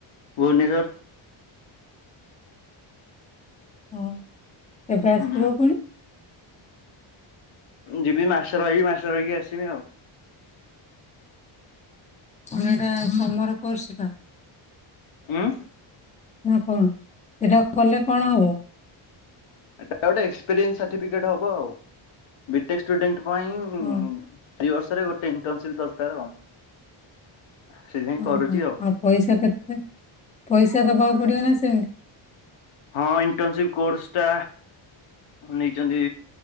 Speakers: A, on the left (about 75°); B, on the left (about 15°).
A: ଭୁବନେଶ୍ଵର
B: ହଁ। କେବେ ଆସିବ
A: ହୁଁ
B: ପୁଣି
A: ଯିବି ମାସେ ରହିବି ମାସେ ରହିକି ଆସିବି ଆଉ।
B: କଣ ଏରା ମମର କୋର୍ସ ଟା?
A: ଉଁ।
B: ନାଁ କଣ, ଏଟା କଲେ କଣ ହବ?
A: ଏଟା ଗୋଟେ ଏକ୍ସପ୍ରିଏନ୍ସ ସର୍ଟିଫିକେଟ୍ ହବ ଆଉ। ଵିଟେକ୍ ଷ୍ଟୁଡେଣ୍ଟ ପାଇଁ ଥ୍ରୀ
B: ହଁ
A: ବର୍ଷରେ ଗୋଟେ ଇଣ୍ଟରନସିପ ଦରକାର। ସେଇଥିପାଇଁ
B: ଓହୋ
A: କରୁଛି
B: ଆଉ ପଇସା କେତେ? ପଇସା ଦବାକୁ ପଡିବ ନା ସେମିତି।
A: ହଁ ଇଣ୍ଟନସିପ କୋର୍ସଟା ନେଇଛନ୍ତି,